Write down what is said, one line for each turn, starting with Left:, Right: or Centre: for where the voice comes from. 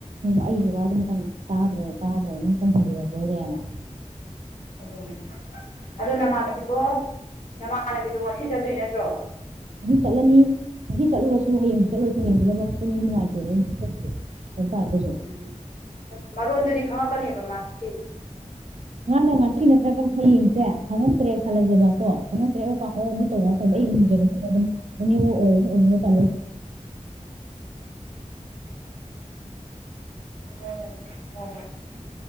Right: ꯑꯩꯒꯤ ꯋꯥꯗꯤ ꯑꯃꯇꯪ ꯇꯥꯗ꯭ꯔꯦ ꯇꯥꯗ꯭ꯔꯕ ꯅꯝ ꯇꯝꯁꯟꯂꯨꯔꯕꯣꯏꯔꯦꯅ
Left: ꯑꯗꯨꯅꯦ ꯑꯗꯣ ꯅꯃꯥꯟꯅꯕꯤꯗꯣ ꯅꯃꯥꯟꯅꯕꯤꯗꯣ ꯁꯤ ꯆꯠꯇꯣꯏ ꯅꯠꯇ꯭ꯔꯣ
Right: ꯉꯁꯤ ꯆꯠꯂꯅꯤ ꯉꯁꯤ ꯆꯠꯂꯨꯔꯁꯨ ꯍꯌꯦꯡꯕꯨ ꯆꯠꯂꯨꯔꯁꯨ ꯍꯌꯦꯡ ꯆꯠ ꯄꯨꯟꯕꯗꯣ ꯅꯨꯡꯉꯥꯏꯇꯦꯕ ꯑꯗꯨ ꯆꯠꯇꯕꯗꯣ
Left: ꯎꯝ ꯃꯔꯣꯟꯗꯨꯗꯤ ꯈꯪꯉꯛꯀꯅꯦꯕ ꯃꯥ ꯉꯁꯤ
Right: <unintelligible> ꯊꯤꯅ ꯅꯠꯇ꯭ꯔꯒ ꯍꯌꯦꯡꯁꯦ ꯈꯪꯉꯛꯇ꯭ꯔꯦ ꯈꯜꯂꯥꯁꯦꯕꯥ ꯀꯣ ꯀꯩꯅ <unintelligible> ꯀꯥꯑꯣ ꯑꯗꯨ ꯇꯧꯕꯗꯤ
Left: ꯎꯝ
Right: ꯑꯩ ꯍꯪꯖꯔꯒꯦ <unintelligible> ꯌꯨꯝꯖꯥꯀꯩꯁꯥ
Left: ꯍꯣꯏ ꯍꯣꯏ